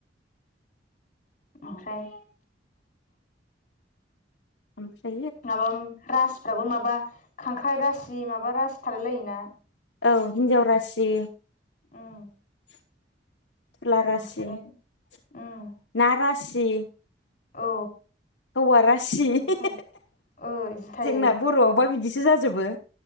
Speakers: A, on the left; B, on the left.
A: ओमफ्राय
B: ओमफाय
A: माबा मा रासिफ्राबो माबा खांख्राइ रासि माबा रासि थालाय लायो ना?
B: औ हिन्जाव रासि
A: उम।
B: <inaudible> थुला रासि
A: ओमफ्राय
B: ना रासि,
A: उम
B: <inaudible> ना रासि
A: औ।
B: हौवा रासि
A: बिदि ओ
B: <inaudible>
A: बिदि थायो
B: जोंना बर आवबा बिदिसो जाजोबो।